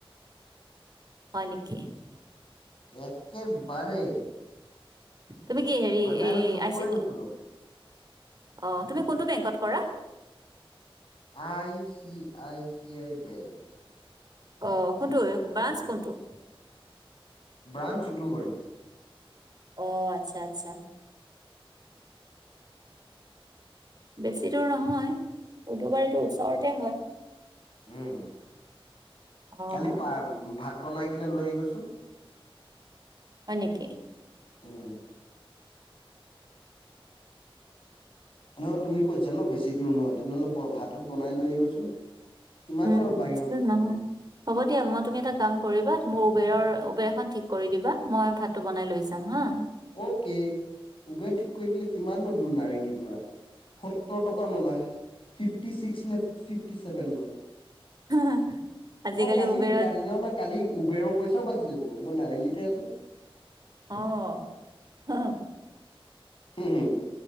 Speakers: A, on the right; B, on the left.
A: হয় নেকি
B: একেবাৰে
A: তুমি কি হেৰি
B: মানে
A: এই
B: আৰু চকুৱে
A: আই চি
B: নোখোলক
A: অ', তুমি কোনটো বেংকত কৰা
B: I C I C I bank
A: অ', কোনটো ব্ৰাঞ্চ কোনটো
B: ব্ৰাঞ্চ উলুবাৰী
A: অ', আচ্ছা, আচ্ছা বেছি দূৰ নহয় উলুবাৰীত টো, ওচৰতে
B: উম
A: হয়
B: উম
A: অঁ
B: কালি পা ভাত বনাই কিনে লৈ আহিবাচোন
A: হয় নেকি
B: উম নহয় তুমি কৈছা ন বেছি দূৰ নহয় তেনেহ'লে ব ভাত বনাই লৈ আহিবাচোন কিমাননো
A: উম
B: আৰু বাহিৰৰ
A: বেছি দূৰ
B: খাওঁ
A: নহয় হ'ব দিয়া, মই তুমি এটা কাম কৰিবা মোৰ উবেৰৰ উবেৰ এখন ঠিক কৰি দিবা মই ভাতটো বনাই লৈ যাম হা
B: ঔকে উবেৰ ঠিক কৰি দিলে কিমাননো দূৰ নাৰেংগীৰ পৰা সত্তৰ টকা নলয়, ফিফটি চিক্স নে ফিফটি চেভেন লয়
A: হা আজিকালি
B: অ কালি
A: উবেৰত
B: কালি ন ন কালি উবেৰৰ পইচাও বাচি যাব মই নাৰেঙ্গীতহে আছোঁ
A: অ'
B: হুম, হুম